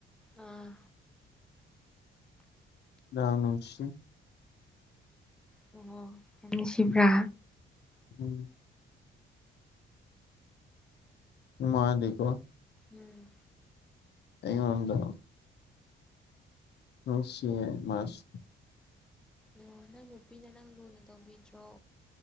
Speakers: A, in the centre; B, on the left.
A: ꯑꯥ
B: ꯌꯥꯝ ꯅꯨꯡꯁꯤ
A: ꯑꯣ ꯅꯨꯡꯁꯤꯕ꯭ꯔꯥ
B: ꯎꯝ ꯃꯥꯗꯤꯀꯣ
A: ꯎꯝ
B: ꯑꯩꯉꯣꯟꯗ ꯅꯨꯡꯁꯤꯌꯦ ꯃꯥꯁꯨ
A: ꯑꯣ ꯅꯪ ꯅꯨꯄꯤꯅ ꯅꯪ ꯂꯨꯅ ꯇꯧꯕꯤꯗ꯭ꯔꯣ